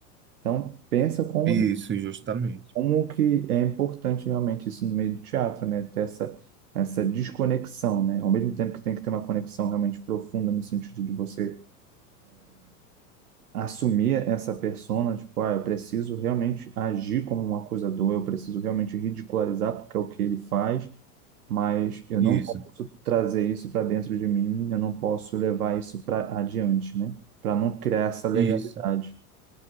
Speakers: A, on the right (about 75°); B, on the right (about 25°).
A: Então, pensa como,
B: isso, justamente.
A: como que é importante realmente isso no meio do teatro, né? Ter essa, essa desconexão, né? Ao mesmo tempo que tem que ter uma conexão realmente profunda no sentido de você assumir essa persona, tipo, ah, eu preciso realmente agir como um acusador, eu preciso realmente ridicularizar porque é o que ele faz, mas eu não
B: Isso,
A: posso trazer isso para dentro de mim, eu não posso levar isso para adiante, né? Para não criar essa legalidade.
B: isso.